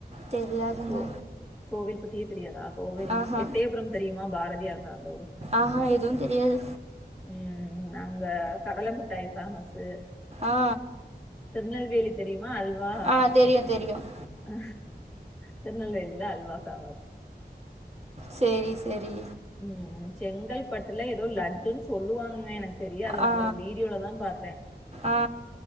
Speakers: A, on the right; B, in the centre.
A: தெரியாதுங்க
B: கோ கோவில்பட்டியே தெரியாதா கோவில்
A: ஆஹா.
B: எட்டயபுரம் தெரியுமா பாரதியார் பெறந்த
A: ஆஹா எதுவும் தெரியாது
B: உம் அங்க கடலமிட்டாய் ஃபேமஸ்ஸு
A: ஆ.
B: திருநெல்வேலி தெரியுமா அல்வா
A: ஆ தெரியும், தெரியும்.
B: ஆ திருநெல்வேலில அல்வா ஃபேமஸ்
A: சேரி சேரி
B: ம் செங்கல்பட்டுல ஏதோ லட்டுன் சொல்லுவாங்கங்க எனக்கு தெரியாதுஸ அது நா
A: ஆ
B: ஒரு வீடியோலதா பாத்தேன்
A: ஆ